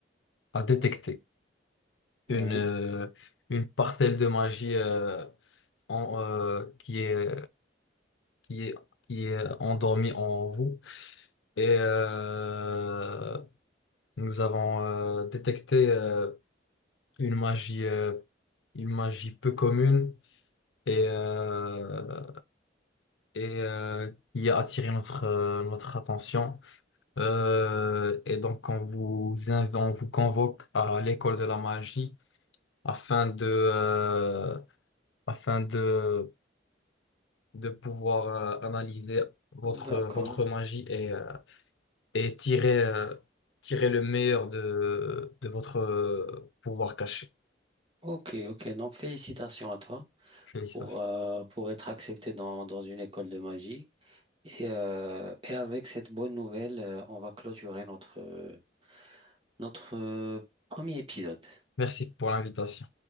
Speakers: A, on the left; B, on the right.
A: a détecté une,
B: Ouais,
A: euh, une parcelle de magie euh, en, euh, qui est, qui est, qui est endormie en vous. Et euh, nous avons euh, détecté euh, une magie, euh, une magie peu commune et, euh, et euh, qui a attiré notre, euh, notre attention. Euh, et donc, on vous, inv- on vous convoque à l'école de la magie afin de, euh, afin de, de pouvoir euh, analyser votre,
B: d'accord.
A: votre magie et, euh, et tirer, euh, tirer le meilleur de, de votre euh, pouvoir caché.
B: Ok, ok. Donc, félicitations à toi
A: Félicitations.
B: pour, euh, pour être accepté dans, dans une école de magie. Et, euh, et avec cette bonne nouvelle, euh, on va clôturer notre, euh, notre euh, premier épisode.
A: Merci pour l'invitation.